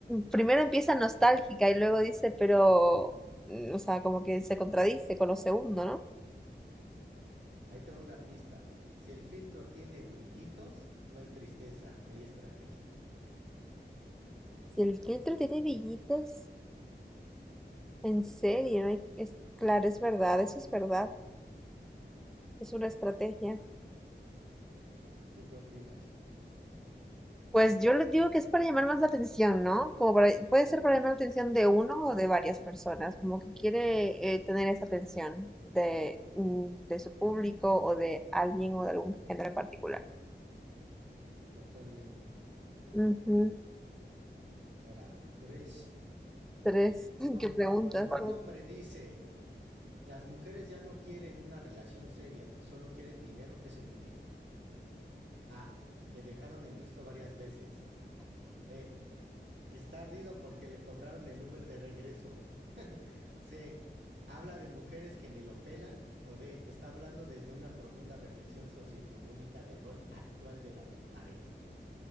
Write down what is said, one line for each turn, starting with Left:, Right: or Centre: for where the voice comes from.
Centre: primero empieza nostálgica
Right: ujú.
Centre: y luego dice, pero, mm, o sea, como que se contradice con lo segundo, ¿no?
Right: Ahí te va una pista. Si el filtro tiene brillitos, no hay tristeza, hay estrategia. <laughs>
Centre: Si el filtro tiene brillitos, En serio, no hay- es, claro, es verdad, eso es verdad, es una estrategia.
Right: ¿Tú qué opinas?
Centre: Pues yo les digo que es para llamar más la atención, ¿no? Como para, puede ser para llamar la atención de uno o de varias personas, como que quiere eh, tener esa atención de, mm,
Right: Sí,
Centre: de su público o de alguien o de algún género en particular.
Right: totalmente.
Centre: Ujú.
Right: Ahora, tres.
Centre: Tres, <laughs>
Right: Cuan-
Centre: ¿qué preguntas?
Right: Cuando,
Centre: ¿Cuál?
Right: un hombre dice, las mujeres ya no quieren una relación seria, solo quieren dinero, ¿qué significa? A. Le dejaron en visto varias veces. B. Está ardido porque le cobraron el Uber de regreso. <laughs> C. Habla de mujeres que ni lo pelan. O D. Está hablando desde una profunda reflexión socioeconómica del rol actual de la pareja.